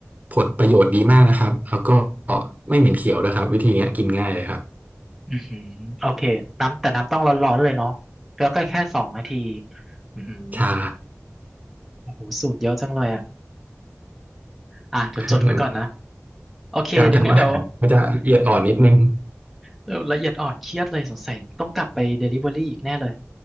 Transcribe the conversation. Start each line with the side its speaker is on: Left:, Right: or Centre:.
Right: ผลประโยชน์ดีมากนะครับแล้วก็ไม่เหม็นเขียวด้วยครับวิธีเนี้ยกินง่ายเลยครับ
Centre: อืมโอเค น้ำแต่น้ำต้องร้อนๆเลยเนาะแล้วก็แค่สองนาทีอืม
Right: ใช่
Centre: โอ้โหสูตรเยอะจังเลยอ่ะอ่ะเดี๋ยวจดไว้ก่อนนะ
Right: <laughs>
Centre: โอเค
Right: การทำอาหารก็จะละเอียดอ่อนนิดนึง
Centre: เดี๋ยวงั้นเดี๋ยวเดี๋ยวละเอียดอ่อนเครียดเลยสงสัย ต้องกลับไปเดลิเวอรี่อีกแน่เลย